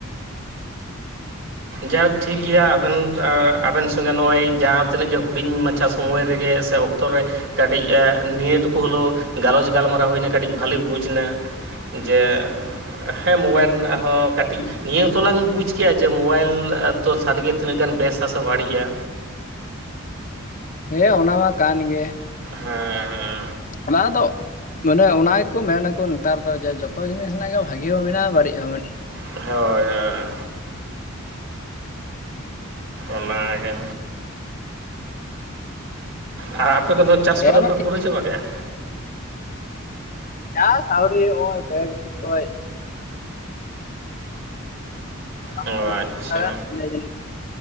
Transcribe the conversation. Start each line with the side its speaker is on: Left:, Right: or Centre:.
Right: ᱡᱟᱭᱦᱳᱠ ᱴᱷᱤᱠ ᱜᱮᱭᱟ ᱟᱵᱮᱱ ᱟᱵᱮᱱ ᱥᱚᱸᱜᱮ ᱱᱚᱜᱼᱚᱭ ᱡᱟᱦᱟᱸ ᱛᱤᱱᱟᱹᱜ ᱜᱮ ᱦᱩᱰᱤᱧ ᱢᱟᱪᱷᱟ ᱥᱚᱢᱚᱭ ᱨᱮᱜᱮ, ᱥᱮ ᱚᱠᱛᱚ ᱨᱮ, ᱠᱟᱹᱴᱤᱡ ᱮ ᱱᱤᱭᱟᱹ ᱴᱩᱠᱩ ᱦᱚᱞᱮᱣ ᱜᱟᱞᱚᱪ ᱜᱟᱞᱢᱟᱨᱟᱣ ᱦᱩᱭᱱᱟ, ᱠᱟᱹᱴᱤᱡ ᱵᱷᱟᱹᱞᱤ ᱵᱩᱡᱽᱱᱟ। ᱡᱮ ᱦᱮᱸ ᱢᱳᱵᱟᱭᱤᱞ ᱨᱮᱱᱟᱜ ᱦᱚᱸ ᱠᱟᱹᱴᱤᱡ, ᱱᱤᱭᱟᱹ ᱦᱚᱛᱚ ᱞᱟᱝ ᱵᱩᱡᱽ ᱠᱮᱭᱟ ᱡᱮ ᱢᱳᱵᱟᱭᱤᱞ ᱫᱚ ᱥᱟᱹᱨᱤᱜᱮ ᱛᱤᱱᱟᱹᱜ ᱜᱟᱱ ᱵᱮᱥᱟ ᱥᱮ ᱵᱟᱹᱲᱤᱡᱼᱟ?
Left: ᱦᱮᱸ, ᱚᱱᱟ ᱢᱟ ᱠᱟᱱ ᱜᱮ।
Right: ᱦᱮᱸ ᱦᱮᱸ।
Left: ᱚᱱᱟ ᱫᱚ ᱢᱟᱱᱮ ᱚᱱᱟ ᱜᱮᱠᱚ ᱢᱮᱱᱟᱠᱚ ᱱᱮᱛᱟᱨ ᱫᱚ ᱡᱮ ᱡᱷᱚᱛᱚ ᱡᱤᱱᱤᱥ ᱦᱮᱱᱟᱜ ᱜᱮ ᱵᱷᱟᱹᱜᱤ ᱦᱚᱸ ᱢᱮᱱᱟᱜᱼᱟ ᱵᱟᱹᱲᱤᱡ ᱦᱚᱸ ᱢᱮᱱᱟᱜᱼᱟ।
Right: ᱦᱳᱭ ᱦᱳᱭ। ᱚᱱᱟᱜᱮ, ᱟᱨ ᱟᱯᱮ ᱫᱚᱯᱮ ᱪᱟᱥ
Left: ᱦᱮᱸ
Right: ᱠᱚᱫᱚ
Left: ᱢᱟ
Right: ᱯᱮ
Left: ᱴᱷᱤᱠ
Right: ᱯᱩᱨᱟᱹ ᱪᱟᱵᱟ ᱠᱮᱜᱼᱟ?
Left: ᱪᱟᱥ ᱟᱹᱣᱨᱤ ᱦᱚᱸᱜᱼᱚᱭ ᱠᱚᱭᱮᱠ ᱫᱤᱱ ᱠᱷᱚᱡ, <unintelligible>
Right: ᱚ ᱚ ᱟᱪᱪᱷᱟ